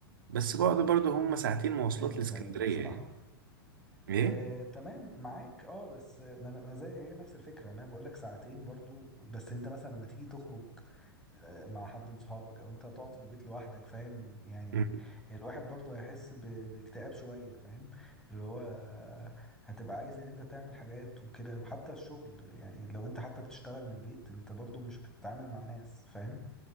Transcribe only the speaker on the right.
بس بعد برضو هم ساعتين مواصلات
لاسكندرية
يعني ايه؟
مم،